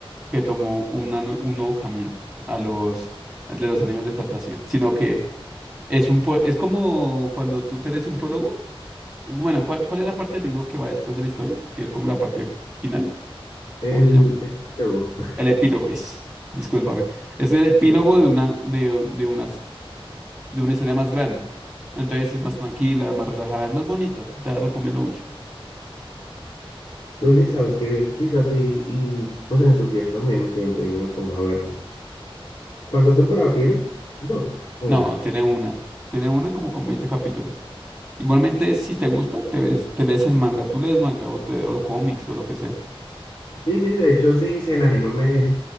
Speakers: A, in the centre; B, on the left.
A: que tomó una nue- un nuevo camino a los al de los animes de fantasía, sino que es un po- es como cuando tú te lees un prólogo. Bueno, ¿cuál, cuál es la parte del libro que va después de la historia? Que es como la parte final.
B: El,
A: ¿Cómo se llama?
B: el juego.
A: El epílogo es. Discúlpame. Es el
B: <laughs>
A: epílogo
B: no,
A: de una de, de unas- de una historia más grande. Entonces es más tranquila, más relajada, es más bonita. Te la recomiendo mucho.
B: Entonces, sabes que quizás sí, y pues en estos días también me siente y me ponga a verla. ¿Cuántas temporadas tiene? Dos o
A: No,
B: una.
A: tiene una. Tiene una como con 20 capítulos. Igualmente, si te gusta, te ves, te lees el manga. Tú lees manga o, te, o los cómics o lo que sea.
B: Sí, sí, de hecho, sí, sí, el anime me,